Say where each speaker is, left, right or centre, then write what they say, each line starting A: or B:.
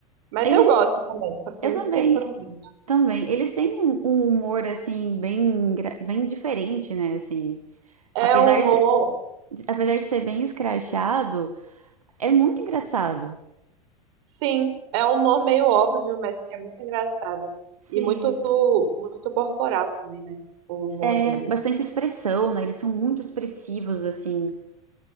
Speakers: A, on the right; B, on the right.
A: Mas
B: Eles
A: eu gosto também, só que tem
B: Eu
A: muito
B: também,
A: tempo que eu não vejo.
B: também. Eles têm um, um humor, assim, bem, engra- bem diferente, né, assim.
A: É
B: Apesar
A: um humor,
B: de, de- apesar de ser bem escrachado, é muito engraçado.
A: sim, é um humor meio óbvio, mas que é muito engraçado.
B: Sim.
A: E muito, muito corporal também, né? O humor
B: É
A: dele.
B: bastante expressão, né? Eles são muito expressivos, assim.